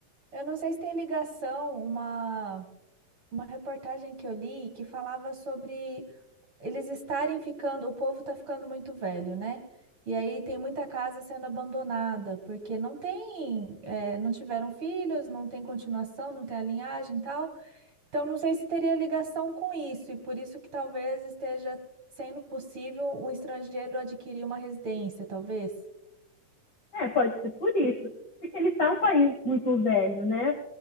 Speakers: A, on the right; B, on the left.
A: eu não sei se tem ligação, uma. uma reportagem que eu li que falava sobre eles estarem ficando, o povo está ficando muito velho, né? E aí tem muita casa sendo abandonada, porque não tem, eh, não tiveram filhos, não tem continuação, não tem a linhagem e tal. Então não sei se teria ligação com isso, e por isso que talvez esteja sendo possível um estrangeiro adquirir uma residência, talvez.
B: É, pode ser por isso. Porque ele está um país muito velho, né?